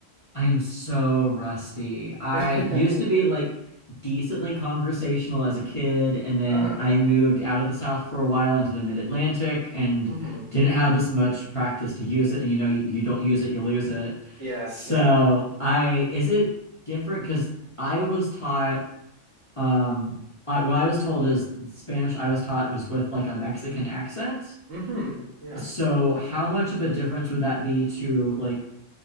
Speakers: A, on the left (about 35°); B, on the right (about 60°).
A: I'm so rusty. I
B: <laughs>
A: used to be like decently conversational as a kid, and then
B: Uh-huh.
A: I moved out of the South for a while into the mid-Atlantic and
B: Mm-hmm.
A: didn't have as much practice to use it. And you know, you don't use it, you lose it.
B: Yeah,
A: So
B: yeah.
A: I, is it different? Because I was taught, um, I, what I was told is Spanish I was taught was with like a Mexican accent.
B: Mm-hmm. Yeah.
A: So how much of a difference would that be to like